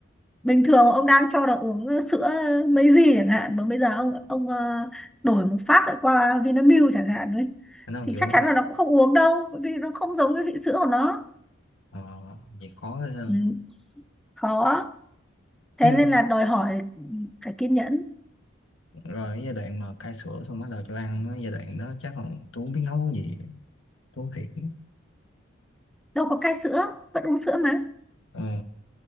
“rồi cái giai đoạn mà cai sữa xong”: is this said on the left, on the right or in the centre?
Left